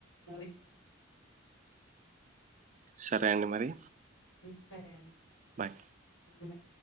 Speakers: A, on the left (about 85°); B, on the right (about 35°).
A: మూవీస్ లో
B: సరే అండి మరి
A: సరే అండి
B: బాయ్
A: బై